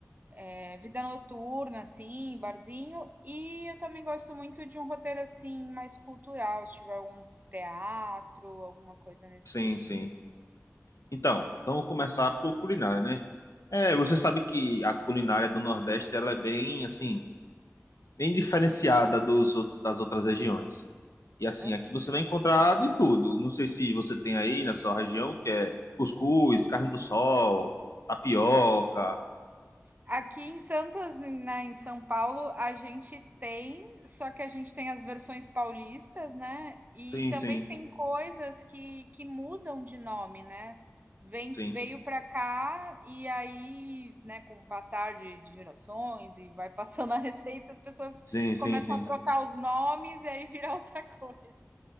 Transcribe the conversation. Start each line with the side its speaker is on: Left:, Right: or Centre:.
Right: eh, vida noturna, assim, barzinho, e eu também gosto muito de um roteiro, assim, mais cultural, se tiver algum teatro, alguma coisa nesse
Left: Sim,
Right: sentido.
Left: sim. Então, vamos começar por culinária, né? É, você sabe que a culinária do Nordeste ela é bem assim, bem diferenciada dos, ou- das outras regiões. E assim,
Right: Aham.
Left: aqui você vai encontrar de tudo. Não sei se você tem aí na sua região, que é cuscuz, carne do sol, tapioca.
Right: Aqui em Santos, na em São Paulo, a gente tem, só que a gente tem as versões paulistas, né? E
Left: Sim,
Right: também
Left: sim,
Right: tem coisas que, que mudam de nome, né? Vem,
Left: sim.
Right: veio para cá e aí, né, com o passar de, de gerações e vai passando a <laughs> receita, as pessoas
Left: Sim, sim,
Right: começam
Left: sim.
Right: a trocar os nomes e aí vira outra coisa.